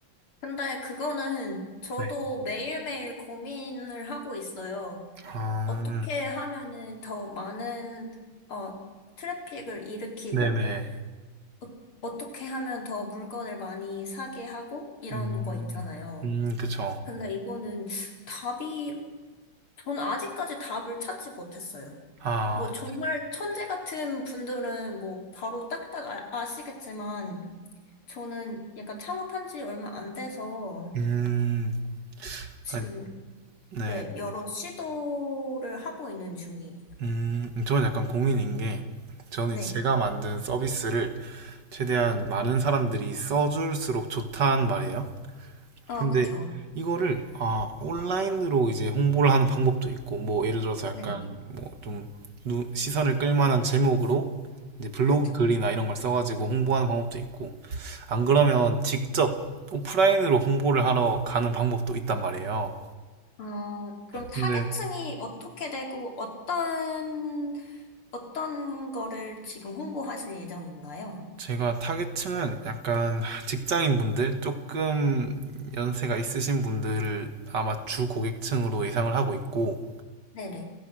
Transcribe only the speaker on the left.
근데 그거는 저도
매일매일 고민을 하고 있어요.
어떻게 하면은 더 많은, 어, 트래픽을 일으키고,
어, 어떻게 하면 더 물건을 많이 사게 하고, 이런
거 있잖아요.
근데 이거는 답이, 저는 아직까지 답을 찾지 못했어요.
뭐 정말 천재 같은 분들은 뭐 바로 딱딱 아, 아시겠지만, 저는 약간 창업한 지 얼마 안 돼서,
지금
네, 여러 시도를 하고 있는 중이에요.
음.
네.
어,
그쵸.
네,
그쵸.
어, 그럼 타겟층이
어떻게 되고 어떤, 어떤 거를 지금 홍보하실 예정인가요?
네네.